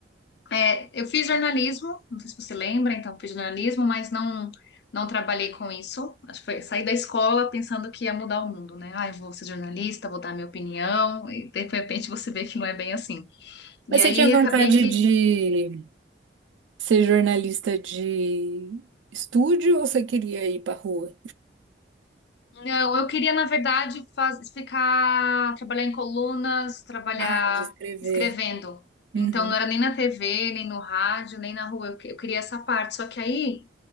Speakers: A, on the left; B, on the right.
A: é, eu fiz jornalismo, não sei se você lembra, então fiz jornalismo, mas não não trabalhei com isso. Acho que foi saí da escola pensando que ia mudar o mundo, né? Ah, eu vou ser jornalista, vou dar minha opinião, e de repente você vê que não é bem assim. E
B: Mas
A: aí
B: você tinha vontade
A: acabei que
B: de ser jornalista de estúdio ou você queria ir para rua?
A: Não, eu queria, na verdade, faz, ficar, trabalhar em colunas, trabalhar
B: Ah, de escrever.
A: escrevendo. Então,
B: Uhum,
A: não era nem na TV, nem no rádio, nem na rua. Eu, que- eu queria essa parte. Só que aí,